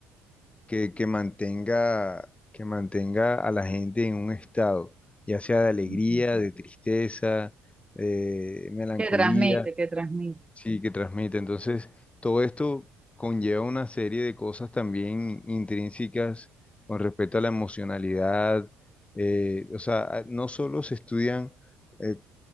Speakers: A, on the left (about 20°); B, on the right (about 15°).
A: que, que mantenga, que mantenga a la gente en un estado, ya sea de alegría,
B: Ujú.
A: de tristeza, de melancolía,
B: Que transmite, que transmite.
A: sí, que transmite. Entonces, todo esto conlleva una serie de cosas también intrínsecas con respecto a la emocionalidad. eh, o sea, no solo se estudian eh,